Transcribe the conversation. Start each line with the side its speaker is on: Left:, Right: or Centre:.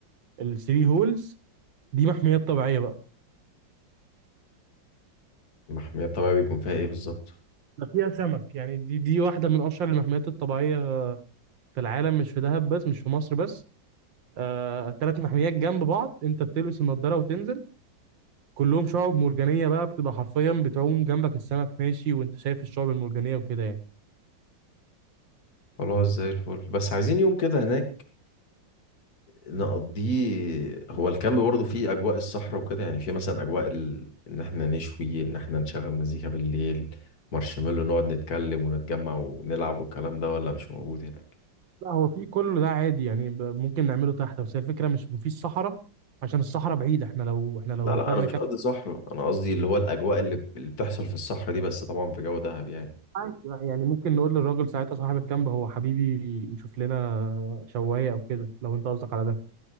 Right: الثري هولز دي محميات طبيعيه بقى
Left: <laughs> المحمية الطبيعية بيكون فيها إيه بالظبط
Right: ده فيها سمك يعني دي دي واحده من اشهر المحميات الطبيعيه في العالم مش في دهب بس مش في مصر بس آه، تلات محميات جنب بعض انت بتلبس النضاره وتنزل كلهم شعب مرجانية بقى بتبقى حرفيا بتعوم جنبك السمك ماشي وانت شايف الشعب المرجانية وكده يعني
Left: خلاص زي الفل بس عايزين يوم كده هناك نقضيه هو الكامب برضه فيه اجواء الصحراء وكده يعني فيه مثلا اجواء ال... ان احنا نشوي ان احنا نشغل مزيكا بالليل مارشميلو نقعد نتكلم ونتجمع ونلعب والكلام ده ولا مش موجود هناك
Right: لا هو في كل ده عادي يعني ب- ممكن نعمله تحت بس هي الفكرة مش مفيش صحراء عشان الصحراء بعيدة احنا لو احنا لو
Left: لا لا
Right: خدنا
Left: انا مش
Right: كامب
Left: قصدي صحراء انا قصدي اللي هو الاجواء اللي, اللي بتحصل في الصحراء دي بس طبعا في جو دهب يعني
Right: عادي، بقى، يعني ممكن نقول للراجل ساعتها صاحب الكامب هو حبيبي يشوف لنا شواية او كده لو انت قصدك على ده